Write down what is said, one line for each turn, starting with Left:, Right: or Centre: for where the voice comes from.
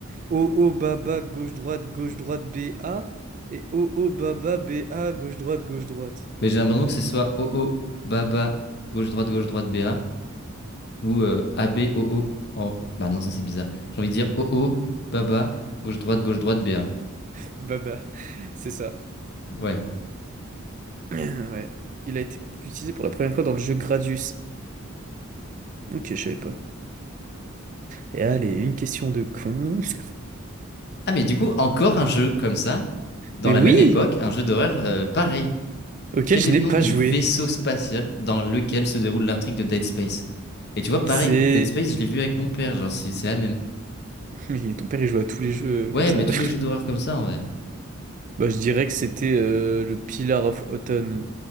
Right: O, O, bas, bas, gauche, droite, gauche, droite, B, A. Et O, O, bas, bas, B, A, gauche, droite, gauche, droite.
Left: Mais j'ai l'impression que ce soit OO, Baba, gauche-droite, gauche-droite, BA. Ou euh, AB, OO. en- Bah non, ça c'est bizarre. J'ai envie de dire OO, Baba, gauche-droite, gauche-droite, BA.
Right: <laughs> Baba, c'est ça.
Left: Ouais.
Right: <clears throat> Ouais. Il a été utilisé pour la première fois dans le jeu Gradius. Ok, je savais pas. Et allez, une question de con. <laughs>
Left: Ah, mais du coup, encore un jeu comme ça, dans
Right: Mais
Left: la
Right: oui!
Left: même époque, un jeu d'horreur euh, pareil.
Right: Auquel
Left: Quel
Right: je
Left: est
Right: n'ai
Left: le nom
Right: pas
Left: du
Right: joué.
Left: vaisseau spatial dans lequel se déroule l'intrigue de Dead Space? Et tu vois, pareil,
Right: C'est...
Left: Dead Space, je l'ai vu avec mon père, genre c'est c'est la même.
Right: Mais ton père, il joue à tous les jeux
Left: Ouais,
Right: euh, comme ça?
Left: mais tous
Right: <laughs>
Left: les jeux d'horreur comme ça en vrai.
Right: Bah, je dirais que c'était euh, le Pillar of Autumn.